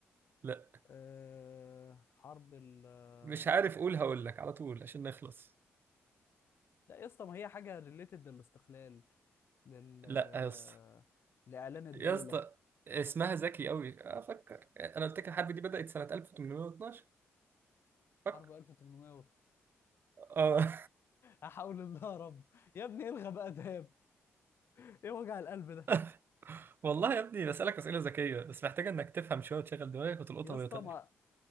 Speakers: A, on the right; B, on the left.
A: لا
B: أه حرب ال آه،
A: مش عارف اقول هقول لك على طول عشان نخلص
B: لا يا اسطى ما هي حاجه ريليتد للاستقلال لل آه،
A: لا يا اسطى
B: لاعلان الدوله
A: يا اسطى اسمها ذكي قوي افكر انا قلت لك الحرب دي بدأت سنة 1812 فكر
B: حرب 1800
A: اه
B: احاول الله يا رب يا ابني الغى بقى ده ايه وجع القلب ده
A: <laughs> والله يا ابني بسألك أسئلة ذكية بس محتاجة انك تفهم شوية وتشغل دماغك وتلقطها
B: يا اسطى
A: وهي طايرة
B: ما